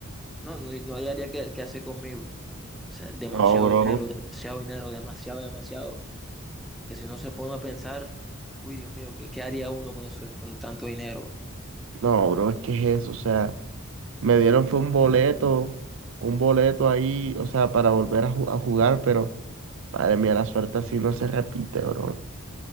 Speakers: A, in the centre; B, on the right.
A: no, no, no hallaría qué, qué hacer conmigo. O sea, demasiado
B: No, bro.
A: dinero, demasiado dinero, demasiado, demasiado. Que si uno se pone a pensar, uy, Dios mío, ¿qué, qué haría uno con eso, con tanto dinero? bro?
B: No, bro, es que es eso. O sea, me dieron fue un boleto, un boleto ahí, o sea, para volver a, ju- a jugar, pero madre mía, la suerte así no se repite, bro.